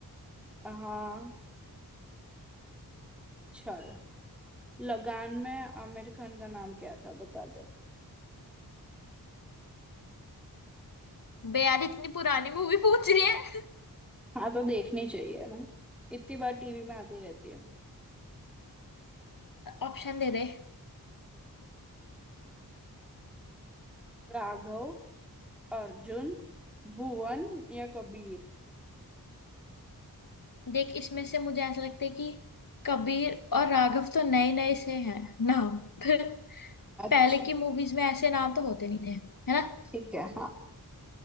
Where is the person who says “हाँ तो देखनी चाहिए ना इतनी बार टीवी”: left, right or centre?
Centre